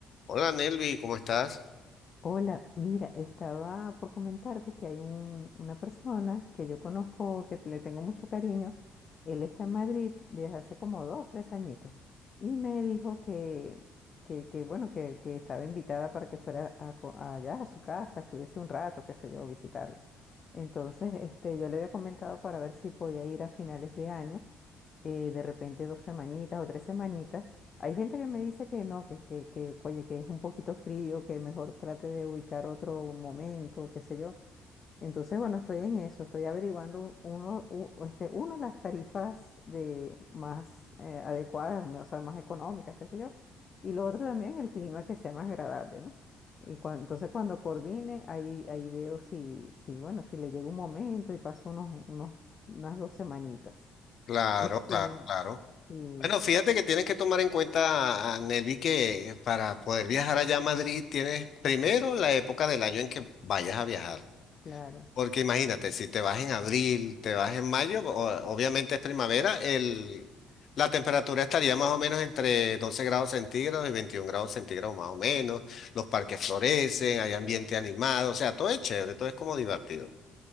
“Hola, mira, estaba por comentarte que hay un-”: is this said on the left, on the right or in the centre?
Left